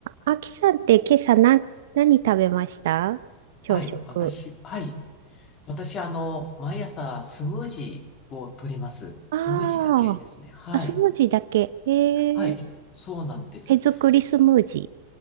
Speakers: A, on the right (about 75°); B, on the left (about 35°).
A: あきさんって今朝な、何食べました朝食。
B: はい、私、はい。私、あの、毎朝スムージーを取ります。
A: あ
B: スムージーだけですね。
A: あ、
B: はい。
A: あ、スムージーだけ。へえ、
B: はい。そうなんです。
A: 手作りスムージ